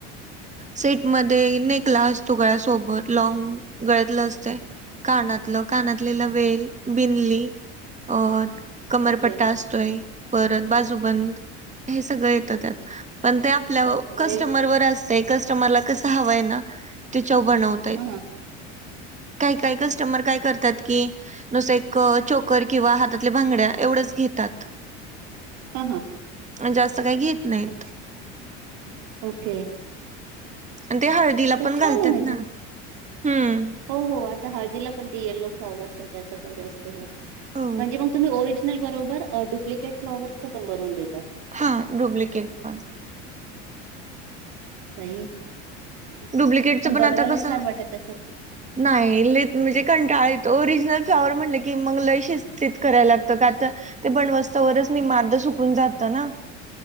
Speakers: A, on the right (about 20°); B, on the right (about 70°).
A: सेट मध्ये नेकलास तुगळ्या सोबत. लाँग गळ्यातलं असतय कानातलं कानातले लवेल बिंदली अहत कमरपट्टा
B: ओके
A: असतोय परत बाजूबंद हे सगळं येतं त्यात. पण ते आपल्या कस्टमरवर
B: अरे
A: असते कस्टमरला कसं हव आहे ना त्याच्या बनवत.
B: आं हां.
A: काही काही कस्टमर काय करतात की नुसतं एक चोकर किंवा हातातल्या भांगड्या एवढच घेतात.
B: हा हां.
A: आन जास्त काय घेत नाहीत
B: अच्छा ओके.
A: आणि ते हळदीला
B: तर
A: पण
B: छान
A: घालतात
B: आहे म्हणजे
A: ना हम्म.
B: हो हो आता हळदीला पण ते यल्लो फ्लॉवर्स आन त्याचा पण जास्त हे असतं
A: हो.
B: म्हणजे मंग तुम्ही ओरिज नल बरोबर डुप्लिकेट फ्लॉवरर्सचा पण बनवून देतात.
A: हा डुप्लिकेट पण.
B: सही हे
A: डुप्लिकेटचं
B: पण बनवायला
A: आता कसं
B: छान वाटत असल.
A: नाही लईत म्हणजे कंटाळ येतो ओरिजिनल फ्लाॉवर म्हटलं की मंग लई शिस्तीत कराय लागतं का आता ते बणवस्ता वरच नाही म आर्ध सुकून जातं ना.